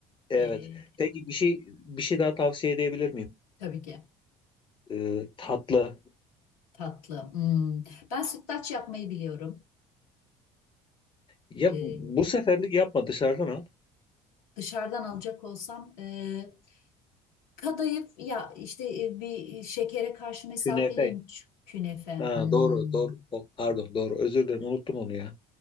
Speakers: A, on the left (about 25°); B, on the left (about 70°).
A: Evet.
B: Eee,
A: Peki bir şey bir şey daha tavsiye edebilir miyim?
B: tabii ki
A: Ee, tatlı.
B: tatlı. Hmm. Ben sütlaç yapmayı biliyorum.
A: Ya
B: Eee,
A: bu seferlik yapma dışarıdan al.
B: dışarıdan alacak olsam eee, kadayıf ya işte e, bir şekere karşı mesafeliyim
A: Künefe.
B: Ç- künefe.
A: Ha,
B: Hmm.
A: doğru doğru O- pardon doğru özür dilerim unuttum onu ya.